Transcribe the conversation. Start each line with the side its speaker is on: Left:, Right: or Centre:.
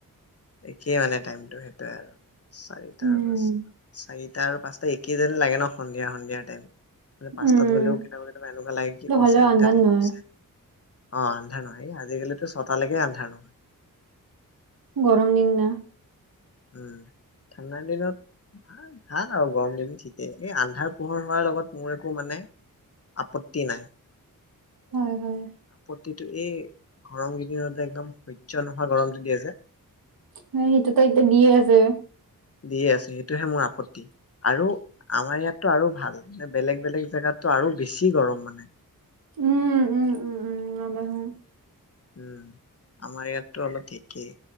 Left: একেই মানে টাইমটো সেইটোৱে আৰু। চাৰিটা
Right: উম,
Left: বা চা-চাৰিট এতিয়া আৰু পাঁচটা একেই যেন লাগে ন? সন্ধিয়া সন্ধিয়া টাইম। মানে পাঁচটাত
Right: উম,
Left: গ'লেও কেতিয়াবা কেতিয়াবা এনেকুৱা লাগে কি
Right: এইটো
Left: অ
Right: হ'লেও
Left: চাৰিটাতহে
Right: আন্ধাৰ নহয়
Left: গৈ। অ আন্ধা নহয়। এ আজিকালিতো ছতালেকে আন্ধা নহয়।
Right: গৰম দিন না।
Left: উম ঠাণ্ডা দিনত ভাল, ভাল আৰু গৰম দিন ঠিকেই এই আন্ধাৰ পোহৰ হোৱাৰ লগত মোৰ একো মানে আপত্তি নাই।
Right: হয় হয়।
Left: তই টো এই গৰম কেইদিনতে একদম সহ্য নহয় গৰমটো দি আ যে <unintelligible>
Right: সেইটো ত এতিয়া দিয়ে আছে।
Left: দি আছে সেইটোহে মোৰ আপত্তি আৰু আমাৰ ইয়াত টো আৰু ভাল বেলেগ বেলেগ জেগাত টো আৰু বেছি গৰম মানে।
Right: উম-উম-উম-উম নাবাঢ়ো।
Left: উম। আমাৰ ইয়াততো অলপ ঠিকেই।